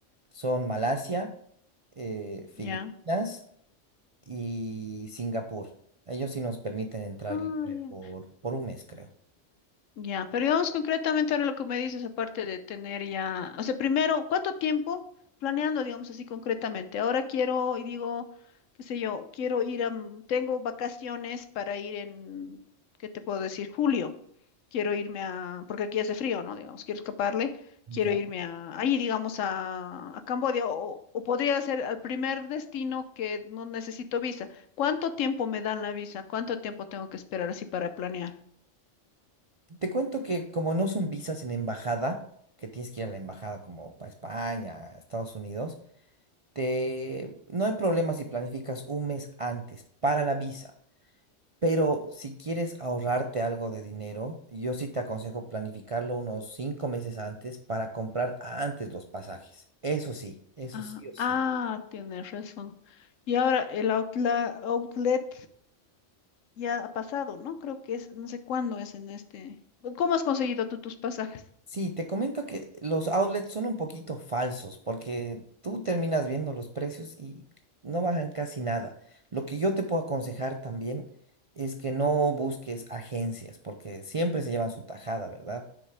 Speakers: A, on the right; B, on the left.
A: son Malasia, eh, Filipinas
B: Ya.
A: y Singapur. Ellos sí nos permiten entrar
B: Ah,
A: libre
B: ya.
A: por, por un mes, creo.
B: Ya, pero digamos concretamente ahora lo que me dices, aparte de tener ya, o sea, primero, ¿cuánto tiempo planeando, digamos así concretamente? Ahora quiero y digo, qué sé yo, quiero ir a, m- tengo vacaciones para ir en, ¿qué te puedo decir? Julio. Quiero irme a, porque aquí hace frío, ¿no? Digamos, quiero escaparle, quiero
A: Ya.
B: irme a, ahí, digamos, a, a Camboya, o, o podría ser al primer destino que no necesito visa. ¿Cuánto tiempo me dan la visa? ¿Cuánto tiempo tengo que esperar así para planear?
A: Te cuento que como no son visas en embajada, que tienes que ir a la embajada como para España, Estados Unidos, te... no hay problema si planificas un mes antes para la visa, pero si quieres ahorrarte algo de dinero, yo sí te aconsejo planificarlo unos cinco meses antes para comprar antes los pasajes. Eso sí, eso
B: Ah,
A: sí o sí.
B: ah, tienes razón. Y ahora el outla- outlet ya ha pasado, ¿no? Creo que es, no sé cuándo es en este. ¿Cómo has conseguido tú tus pasajes?
A: Sí, te comento que los outlets son un poquito falsos porque tú terminas viendo los precios y no bajan casi nada. Lo que yo te puedo aconsejar también es que no busques agencias porque siempre se llevan su tajada, ¿verdad?